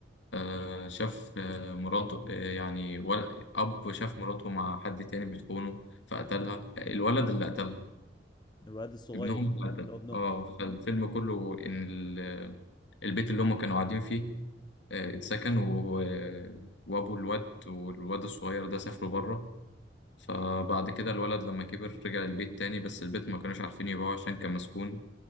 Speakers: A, on the left; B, on the left.
A: آه، شاف آه، مراته آه، يعني ول- أب شاف مراته مع حد تاني بتخونه فقتلها الولد اللي قتلها
B: الولد الصغير
A: ابنهم اللي قتلها
B: اللي هو ابنه
A: اه فالفيلم كله إن ال- البيت اللي هم كانوا قاعدين فيه آه، اتسكن وهو وأبو الواد والواد الصغير ده سافروا بره فبعد كده الولد لما كبر رجع البيت تاني بس البيت ما كانوش عارفين يبيعوه عشان كان مسكون